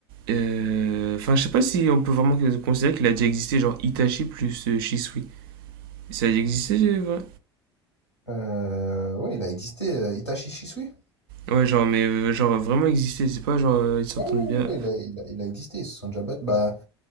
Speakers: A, on the right; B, on the left.
A: euh, Enfin, je sais pas si on peut vraiment considérer qu'il a déjà existé, genre Itachi plus euh, Shisui. Ça a déjà existé, c'est vrai?
B: Euh, ouais, il a existé, euh, Itachi Shisui?
A: Ouais, genre, mais euh, genre vraiment existé, c'est pas genre euh, ils s'entendent
B: Oui,
A: bien.
B: ouais, ouais, il a, il a- il a existé, ils se sont déjà battus. Bah,